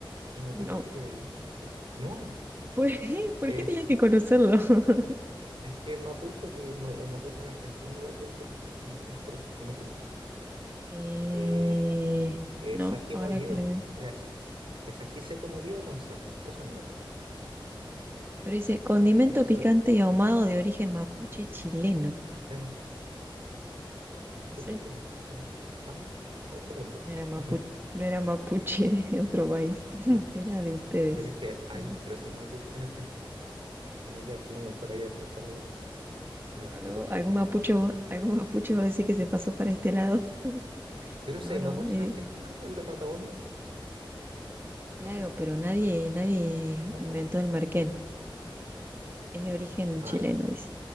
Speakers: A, on the right; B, on the right.
A: En mapuche
B: No.
A: se quedarían a lo mejor. No,
B: Pues, <laughs> ¿por
A: es,
B: qué tenía que conocerlo? <laughs>
A: es que en mapuche, pues, y el, ma- el mapuche en Argentina igual y en Chile. No sé, por eso, me imagino.
B: Eh,
A: Eh, es
B: no,
A: ají
B: ahora
A: molido.
B: que lo veo.
A: de ají- es ají seco molido con sal. Eso es el merken.
B: Pero dice, condimento
A: Y eso
B: picante
A: es
B: y ahumado de origen mapuche chileno.
A: eh, mapuche
B: No sé.
A: chileno. ¿ya? Ah, bueno, es chileno entonces.
B: No era mapuche,
A: <laughs>
B: no era mapuche <laughs> de otro país, <laughs>
A: No,
B: era de ustedes.
A: pero es que hay,
B: No,
A: pero si hay mapuche en Argentina, imaginé que a lo mejor había cruzado la,
B: no,
A: la cordillera.
B: algún mapuche, va- algún mapuche va a decir que se pasó para este lado. <laughs>
A: Pero
B: No,
A: si hay
B: no,
A: mapuche
B: es
A: en
B: de-
A: Argentina o en la Patagonia,
B: claro, pero nadie, nadie
A: o
B: inventó
A: no.
B: el merquén.
A: O-
B: Es de origen
A: ah,
B: chileno,
A: ya.
B: dice.